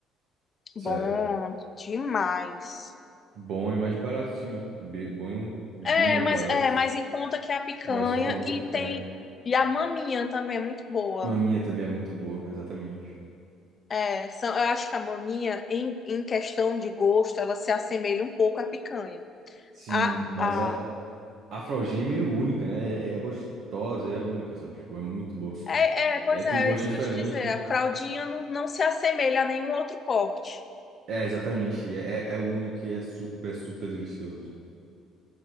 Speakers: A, on the right (about 65°); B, on the left (about 35°).
A: Sério.
B: Bom demais.
A: Bom e mais baratinho. Be- Bom e um- bem
B: É,
A: mais
B: mas
A: barato.
B: é, mas em conta que a picanha
A: É mais em conta que
B: e
A: a picanha.
B: tem e a maminha também é muito boa.
A: Maminha também é muito boa, exatamente.
B: É, são, eu acho que a maminha em, em questão de gosto, ela se assemelha um pouco à picanha.
A: Sim,
B: A,
A: mas
B: a
A: a, a fraldinha é meio única, né? É é gostosa, é única, sabe? Tipo, é muito boa.
B: é, é, pois
A: É, tem
B: é,
A: gosto
B: é isso
A: diferente.
B: que eu te dizer. A fraldinha não, não se assemelha a nenhum outro corte.
A: É, exatamente. É, é, é único e é super, super delicioso.